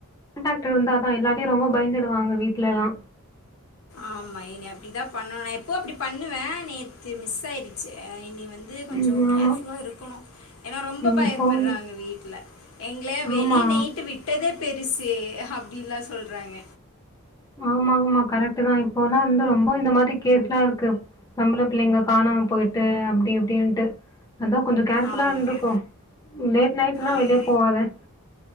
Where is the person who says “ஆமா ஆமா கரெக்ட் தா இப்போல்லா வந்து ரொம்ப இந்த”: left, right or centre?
Left